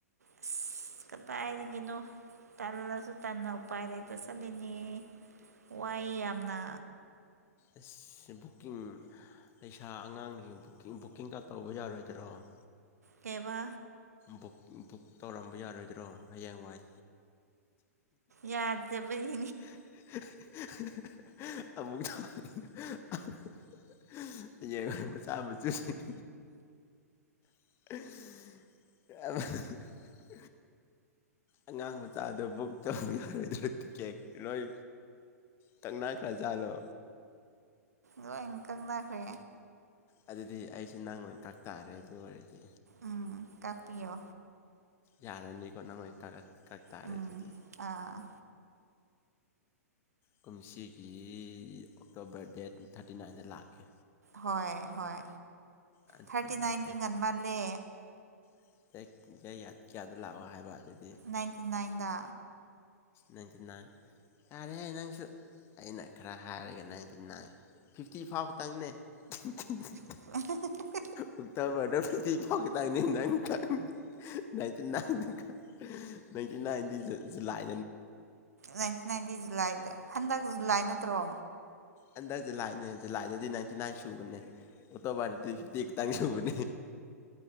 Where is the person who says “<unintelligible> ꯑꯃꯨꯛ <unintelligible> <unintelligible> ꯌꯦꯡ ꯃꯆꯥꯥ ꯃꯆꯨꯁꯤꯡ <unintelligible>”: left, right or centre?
Left